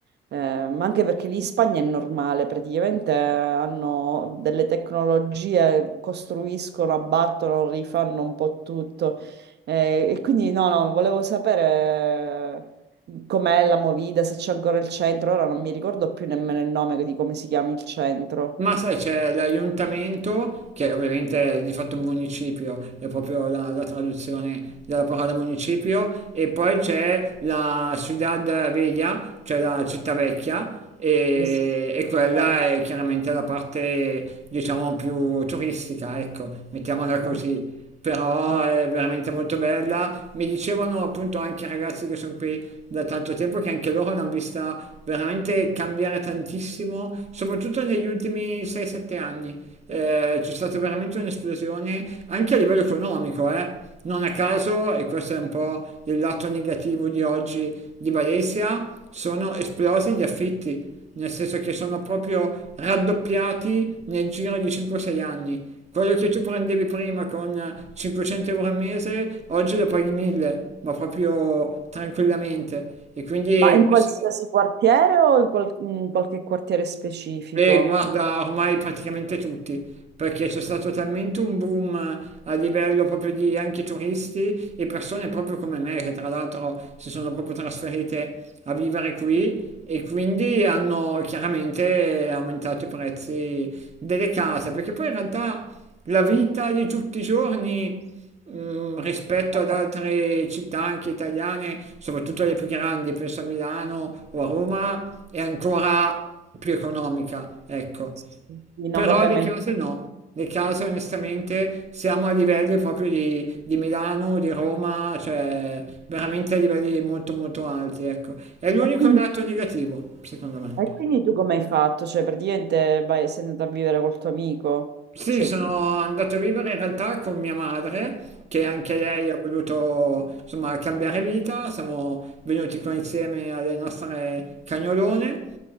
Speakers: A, on the right; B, on the right.
A: Eh, ma anche perché lì in Spagna è normale, praticamente eh, hanno delle tecnologie, costruiscono, abbattono, rifanno un po' tutto. Eh, e quindi no, no, volevo sapere eh, com'è la Movida, se c'è ancora il centro. Ora non mi ricordo più nemmeno il nome di come si chiama il centro.
B: Ma sai, c'è l'aiuntamento, che ovviamente è di fatto un municipio, è proprio la, la traduzione della parola municipio, e poi c'è la Ciudad Vella, cioè la città vecchia, e,
A: Sì, sì.
B: e quella
A: Vabbè,
B: è chiaramente la parte, diciamo, più turistica, ecco, mettiamola così
A: no,
B: però
A: no.
B: è veramente molto bella. Mi dicevano appunto anche i ragazzi che sono qui da tanto tempo che anche loro l'hanno vista veramente cambiare tantissimo, soprattutto negli ultimi 6-7 anni. Eh, c'è stata veramente un'esplosione anche a livello economico, eh. Non a caso, e questo è un po' il lato negativo di oggi di Valencia, sono esplosi gli affitti nel senso che sono proprio raddoppiati nel giro di 5-6 anni. Quello che tu prendevi prima con 500 euro al mese, oggi lo paghi 1000, ma proprio tranquillamente. E quindi
A: Ma in qualsiasi
B: questo
A: quartiere o in, qual- in qualche quartiere specifico?
B: E guarda, ormai praticamente tutti, perché c'è stato talmente un boom a livello proprio di anche turisti e persone proprio come me, che tra l'altro si sono proprio trasferite a vivere qui e quindi hanno chiaramente aumentato i prezzi delle case, perché poi in realtà la vita di tutti i giorni Mm, rispetto
A: Vabbè,
B: ad altre città anche italiane, soprattutto le più grandi, penso a Milano o a Roma, è ancora più economica, ecco.
A: sì. No,
B: Però
A: vabbè,
B: le
A: ma...
B: case no, le case onestamente siamo a livelli proprio di, di Milano, di Roma, cioè veramente a livelli molto molto alti, ecco. È l'unico
A: E quindi
B: lato negativo, secondo me.
A: E quindi tu come hai fatto? Cioè, praticamente vai, sei andata a vivere col tuo amico?
B: Sì,
A: Cioè,
B: sono
A: ti-
B: andato a vivere in realtà con mia madre, che anche lei ha voluto insomma cambiare vita. Siamo venuti qua insieme alle nostre cagnolone.